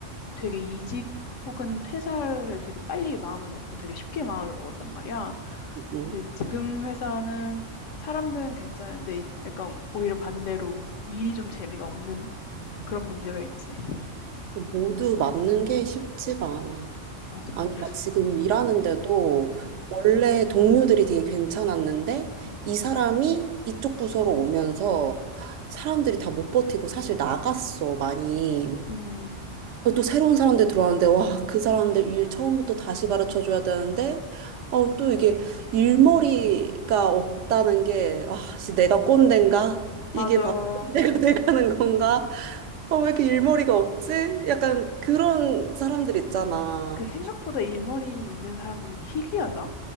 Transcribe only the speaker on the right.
음,
음.
모두 맞는 게 쉽지가 않아.
아니, 나 지금 일하는데도
원래 동료들이 되게 괜찮았는데,
이 사람이 이쪽 부서로 오면서 사람들이 다 못 버티고 사실 나갔어, 많이.
어, 또 새로운 사람들 들어왔는데, 와, 그 사람들 일 처음부터 다시 가르쳐 줘야 되는데, 어, 또 이게 일머리가 없다는 게, 아, 씨, 내가 꼰대인가?
이게 바로 꼰대가 <laughs> 돼가는 건가? 어, 왜 이렇게 일머리가 없지? 약간 그런 사람들 있잖아.